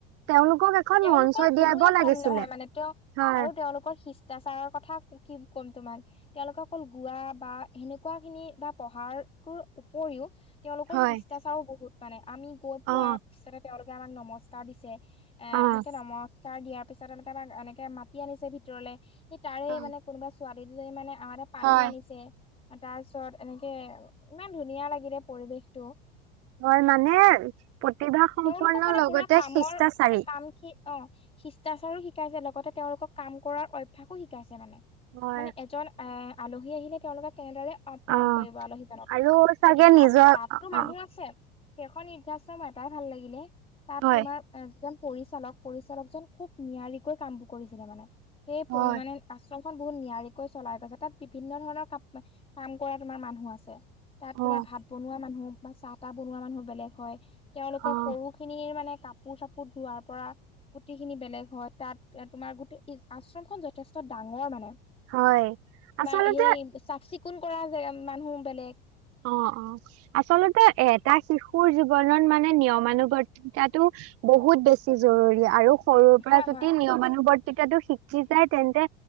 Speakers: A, on the right (about 50°); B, on the left (about 20°).
A: তেওঁলোকক এখন
B: তেওঁলোকৰ
A: মঞ্চ
B: কোনোৱে
A: দিয়াব লাগিছিলে
B: কম নহয় মানে, তেওঁ
A: হয়,
B: আৰু তেওঁলোকৰ সি খিষ্টাছাৰৰ কথা কি ক'ম তোমাক? তেওঁলোকে অকল গোৱা বা সেনেকুৱা খিনি বা পঢ়াৰটোৰ উপৰিও তেওঁলোকৰ
A: হয়,
B: শিষ্টাচাৰো বহুত মানে, আমি গৈ
A: অ',
B: পোৱা পিছতে তেওঁলোকে আমাক নমস্কাৰ দিছে, এ
A: অ',
B: এনেকে নমস্কাৰ দিয়াৰ তাৰ পিছত এনেকে আমাক এনেকে মাতি আনিছে ভিতৰলে, সি তাৰে
A: অ
B: মানে কোনোবা ছোৱালী দুজনী মানে আমাৰ তাত পানী
A: হয়।
B: আনিছে, তাৰ পিছত এনেকে, ইমান ধুনীয়া লাগিলে পৰিৱেশটো।
A: হয় মানে, প্ৰতিভাসম্পন্ন
B: তেওঁলোকক মানে
A: লগতে
B: পুৰা কামৰ
A: খিষ্টাচাৰি।
B: কাম কি অ, শিষ্টাচাৰো শিকাইছে লগতে তেওঁলোকক কাম কৰাৰ অভ্যাসো শিকাইছে মানে।
A: হয়
B: মানে এজন এ, আলহী আহিলে তেওঁলোকক কেনেদৰে অপ্ৰায়ন
A: অ',
B: কৰিব আলহীজনক,
A: আৰু
B: সেইটোৱে
A: চাগে
B: তাত,
A: নিজৰ
B: তাতো
A: অ',
B: মানুহ
A: অ',
B: আছে সেইখন <inaudible> এটাই ভাল লাগিলে তাত
A: হয়।
B: তোমাৰ এ, যিজন পৰিচালক পৰিচালকজন, খুব নিয়াৰিকৈ কামবোৰ কৰিছিলে মানে, সেই
A: হয়।
B: মানে আশ্ৰমখন বহুত নিয়াৰিকৈ চলাই গৈছে, তাত বিভিন্ন ধৰণৰ কাম কাম কৰা তোমাৰ মানুহ আছে। তাত
A: অ',
B: তোমাৰ ভাত বনোৱা মানুহ বা চাহ তাহ বনোৱা মানুহ বেলেগ হয়। তেওঁলোকৰ
A: অ',
B: সৰুখিনিৰ মানে কাপোৰ-চাপোৰ ধোৱাৰ কৰা গুটি-খিনি বেলেগ হয়, তাত তোমাৰ গোটেই আশ্ৰমখন যথেষ্ট ডাঙৰ মানে।
A: হয়
B: তোমাৰ
A: আচলতে
B: সেই চাফ-চিকুণ কৰা যেগা, মানুহ বেলেগ।
A: অ, অ, আচলতে এটা শিশুৰ জীৱনত মানে, নিয়মানুৱৰ্তিতাতো বহুত বেছি জৰুৰী আৰু সৰুৰ পৰা
B: হয়
A: যদি
B: হয়
A: নিয়মানুবৰ্তিতাটো শিক শিকায় তেন্তে